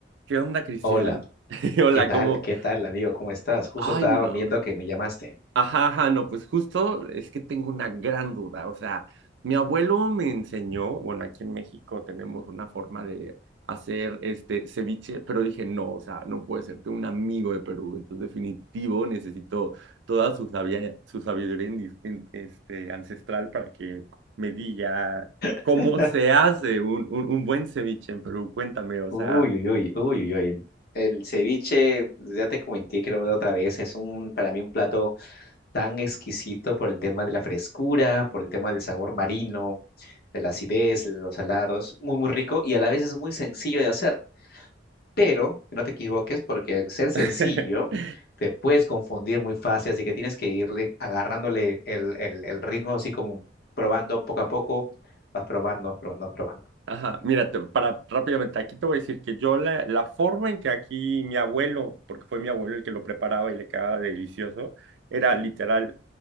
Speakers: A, on the right; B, on the left.
A: ¿Qué onda, Cristian?
B: Hola,
A: <laughs> Hola,
B: ¿qué tal?
A: ¿cómo?
B: ¿Qué tal, amigo? ¿Cómo estás? Justo
A: Ay,
B: estaba
A: no.
B: viendo que me llamaste.
A: Ajá, ajá, no, pues justo es que tengo una gran duda. O sea, mi abuelo me enseñó, bueno, aquí en México tenemos una forma de hacer este ceviche, pero dije, no, o sea, no puede ser, tengo un amigo de Perú, entonces definitivo necesito toda su sabia- su sabiduría indi- en- este, ancestral para que me diga cómo
B: <laughs>
A: se hace un, un, un buen ceviche en Perú. Cuéntame, o
B: Uy,
A: sea.
B: uy, uy, uy, uy, uy. El ceviche, ya te comenté, creo, la otra vez, es un, para mí un plato tan exquisito por el tema de la frescura, por el tema del sabor marino, de la acidez, de los salados, muy, muy rico y a la vez es muy sencillo de hacer. pero no te equivoques porque al ser sencillo
A: <laughs>
B: te puedes confundir muy fácil, así que tienes que irle agarrándole el, el, el ritmo así como probando poco a poco, vas probando, vas probando, vas probando.
A: Ajá, mira, te- para rápidamente, aquí te voy a decir que yo la, la forma en que aquí mi abuelo, porque fue mi abuelo el que lo preparaba y le quedaba delicioso, era literal